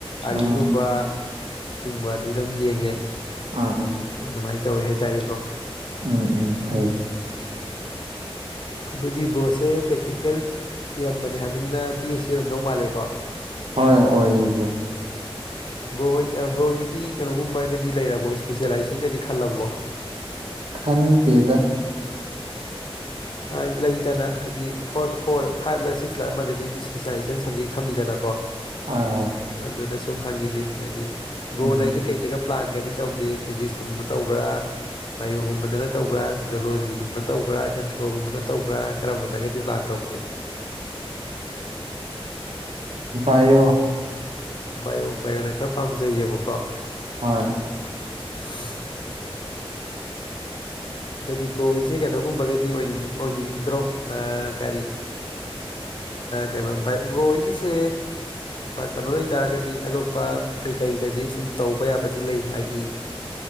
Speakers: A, on the left; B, on the right.
A: ꯑꯥꯂꯤꯒꯨꯝꯕ
B: ꯑꯥ
A: ꯁꯤꯒꯨꯝꯕꯗꯤ ꯑꯗꯨꯝ ꯌꯦꯡꯉꯦ
B: ꯑꯥ ꯎꯝ
A: ꯑꯗꯨꯃꯥꯏꯅ ꯇꯧꯋꯦ ꯍꯥꯏꯇꯥꯔꯤꯕ꯭ꯔꯣ
B: ꯎꯝ ꯎꯝ ꯐꯌꯦꯦ
A: ꯑꯗꯨꯗꯤ ꯕ꯭ꯔꯣꯁꯦ ꯄ꯭ꯔꯦꯛꯇꯤꯀꯦꯜ ꯏꯔꯝꯕꯅꯦ ꯍꯥꯏꯕꯅꯤꯅ ꯕꯤ ꯑꯦꯁ ꯌꯔꯝꯗꯧ ꯃꯥꯜꯂꯦꯀꯣ
B: ꯍ ꯑꯣꯏꯕꯨ
A: ꯕ꯭ꯔꯣ ꯍ ꯕ꯭ꯔꯣꯒꯤꯗꯤ ꯀꯩꯅꯣꯒꯨꯝꯕꯒꯗꯤ ꯂꯩꯔꯕꯣ ꯏꯁꯄꯤꯁꯦꯂꯥꯏꯖꯦꯁꯟꯒꯗꯤ ꯈꯜꯂꯕꯣ <unintelligible>
B: ꯈꯗꯗ
A: ꯑꯣ <unintelligible> ꯂꯩꯗꯅ ꯍꯥꯏꯗꯤ ꯐꯣꯔ ꯐꯥꯏꯚ ꯂ ꯁꯤꯛꯁ ꯂꯥ ꯑꯃꯗꯗꯤ ꯏꯁꯄꯦꯁꯂꯥꯏꯖꯦꯁꯟ ꯁꯕꯖꯦꯛ ꯊꯝꯃꯤꯗꯅꯀꯣ
B: ꯍꯣꯏ ꯍꯣꯏ
A: ꯑꯗꯨꯅ ꯁꯨꯝ ꯍꯪꯉꯤꯅꯤ ꯍꯥꯏꯗꯤ ꯕ꯭ꯔꯣꯅ
B: ꯎꯝ
A: ꯍꯥꯏꯔꯗꯤ ꯀꯩꯗꯒ ꯄ꯭ꯂꯥꯟꯒꯗꯤ ꯇꯧꯒꯦ ꯐꯤꯖꯤꯛꯁꯀꯨꯝꯕ ꯇꯧꯕ꯭ꯔꯥ ꯕꯥꯏꯑꯣꯒꯨꯝꯕꯗꯅ ꯇꯧꯕ꯭ꯔꯥ ꯖꯣꯂꯣꯖꯤ ꯨꯝ ꯇꯧꯕ꯭ꯔꯥ ꯑꯦꯟꯊ꯭ꯔꯣꯒꯨꯝꯕꯅ ꯇꯧꯕ꯭ꯔꯥ ꯀꯔꯝꯕꯅꯒꯗꯤ ꯄ꯭ꯂꯥꯟ ꯇꯧꯒꯦ
B: ꯑ ꯏꯑꯣ
A: ꯕꯥꯏꯌꯑꯣ ꯕꯥꯏꯌꯑꯣꯅ ꯈꯔ ꯄꯥꯝꯖꯩꯌꯦꯕꯀꯣ
B: ꯍꯣꯏ
A: ꯍꯥꯝ ꯑꯗꯨꯗꯤ ꯕ꯭ꯔꯣꯍꯁꯦ ꯀꯩꯅꯣꯒꯨꯝꯕꯒꯗꯤ ꯑꯣꯏꯅꯤꯡ ꯑꯣꯏꯅꯤꯡꯗ꯭ꯔꯣ ꯀꯒꯥꯔꯤ ꯀꯩ ꯚꯥꯏ ꯃꯣ ꯍꯒꯤꯁꯦ ꯀꯩꯅꯣ ꯂꯩꯇꯥꯔꯒꯗꯤ ꯑꯗꯣ ꯑꯄ ꯀꯩꯀꯩꯒꯩꯗꯤ ꯁꯨꯝ ꯇꯧꯕ ꯌꯥꯕꯗꯤ ꯂꯩ ꯍꯥꯏꯗꯤ